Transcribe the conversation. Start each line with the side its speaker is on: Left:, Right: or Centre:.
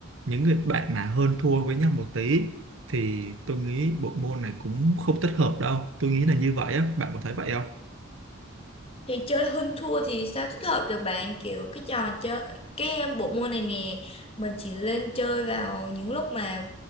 Right: những người bạn mà hơn thua với nhau một tí thì tôi nghĩ bộ môn này cũng không thích hợp đâu tôi nghĩ là như vậy á bạn có thấy vậy không
Left: thì chơi hơn thua thì sao tích hợp được bạn kiểu cái trò chơi cái em bộ môn này nè mình chỉ lên chơi vào những lúc mà